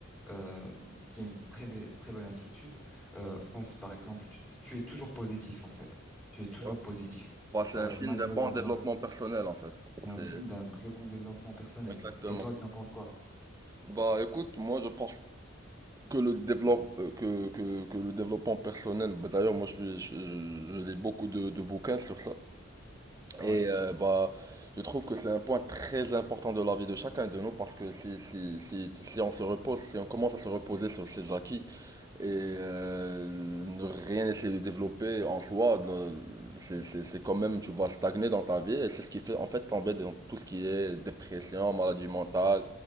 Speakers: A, in the centre; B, on the right (about 15°).
A: euh, qui a une très belle- très bonne attitude euh, face, par exemple, tu, tu es toujours positif en fait. Tu es toujours
B: Ouais.
A: positif.
B: Bah, c'est
A: Euh,
B: un signe
A: malgré
B: d'un bon
A: par
B: développement
A: exemple
B: personnel en fait.
A: c'est
B: C'est
A: un signe d'un très bon développement personnel.
B: exactement.
A: Et toi, tu en penses quoi?
B: Bah écoute, moi je pense que le développe euh, que, que, que le développement personnel, bah, d'ailleurs moi je suis je, je- je lis beaucoup de, de bouquins sur ça
A: Ah
B: et
A: ouais?
B: euh, bah je trouve que c'est un point très important de la vie de chacun de nous parce que si si si si on se repose, si on commence à se reposer sur ses acquis et euh, ne rien essayer de développer en soi, le- c'est c'est- c'est quand même, tu vas stagner dans ta vie et c'est ce qui fait en fait tomber dans tout ce qui est dépression, maladie mentale,